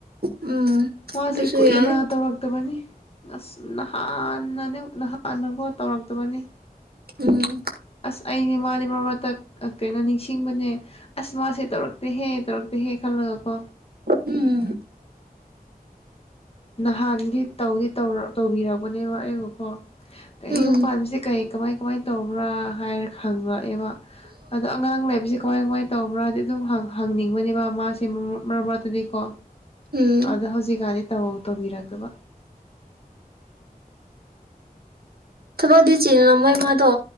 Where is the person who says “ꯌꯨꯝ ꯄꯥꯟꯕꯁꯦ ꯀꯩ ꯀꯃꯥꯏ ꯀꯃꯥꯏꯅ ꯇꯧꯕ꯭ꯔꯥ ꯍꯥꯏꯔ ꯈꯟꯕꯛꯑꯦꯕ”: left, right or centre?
Left